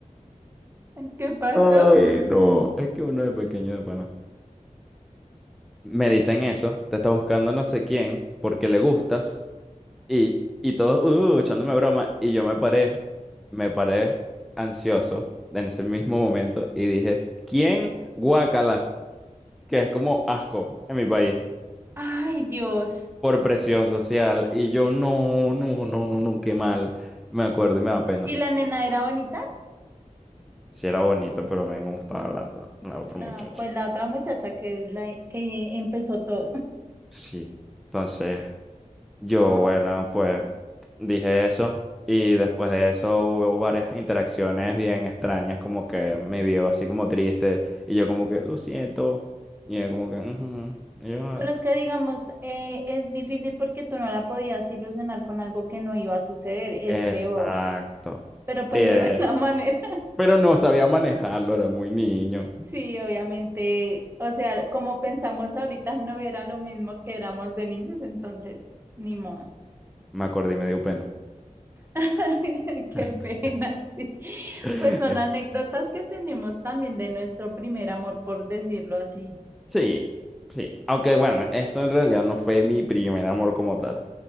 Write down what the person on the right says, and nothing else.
¿Qué pasó?
Ay, Dios.
¿Y la nena era bonita?
La,
pues la otra muchacha que es la que empezó todo.
<laughs> Ay,
Pero es que digamos, eh, es difícil porque tú no la podías ilusionar con algo que no iba a suceder. Es
peor. pero pues
no era <laughs> la manera.
Sí, obviamente, o sea, como pensamos ahorita, no era lo mismo que éramos de niños, entonces, ni modo.
<laughs> Qué
pena, sí.
Pues son anécdotas que tenemos también de nuestro primer amor, por decirlo así.